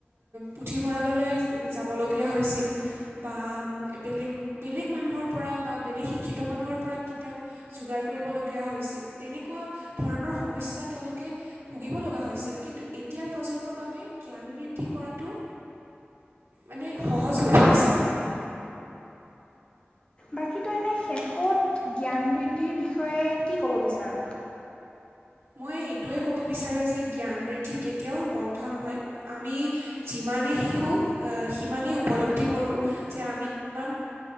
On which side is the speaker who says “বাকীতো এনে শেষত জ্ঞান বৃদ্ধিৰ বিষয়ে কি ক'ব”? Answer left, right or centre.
Left